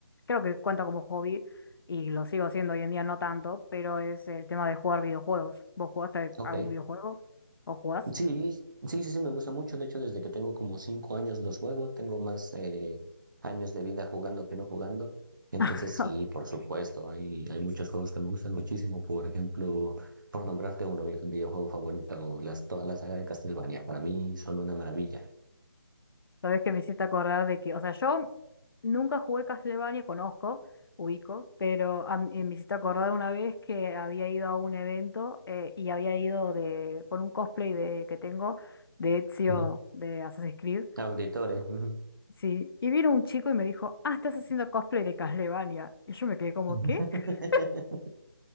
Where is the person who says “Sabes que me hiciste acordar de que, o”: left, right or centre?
Left